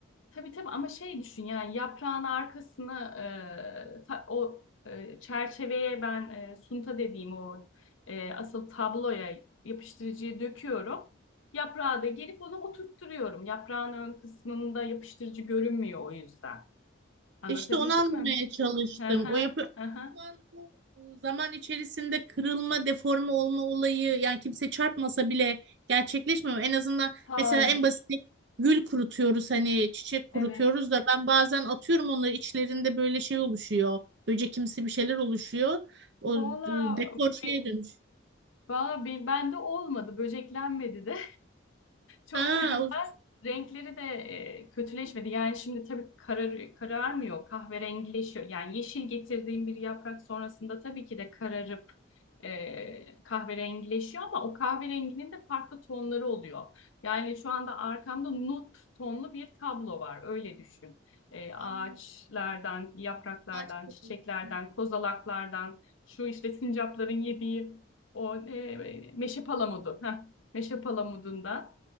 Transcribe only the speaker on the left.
Tabii tabii ama şey düşün yani yaprağın arkasını e, ta- o e, çerçeveye ben e, sunta dediğim o e, asıl tabloya yapıştırıcıyı döküyorum. Yaprağı da gelip onu oturtturuyorum. Yaprağın ön kısmında yapıştırıcı görünmüyor o yüzden. Anlatabildim
mi?
Hı hı,
hı hı.
Hayır.
Evet.
Valla
be,
valla be- bende olmadı. Böceklenmedi de. Çok
da güzel.
Renkleri de e, kötüleşmedi. Yani şimdi tabii karar, kararmıyor, kahverengileşiyor. Yani yeşil getirdiğim bir yaprak sonrasında tabii ki de kararıp e, kahverengileşiyor ama o kahverenginin de farklı tonları oluyor. Yani şu anda arkamda nut tonlu bir tablo var. Öyle düşün. E, ağaçlardan,
yapraklardan,
çiçeklerden,
kozalaklardan, şu işte sincapların yediği o e, meşe palamudu. Heh, meşe palamudundan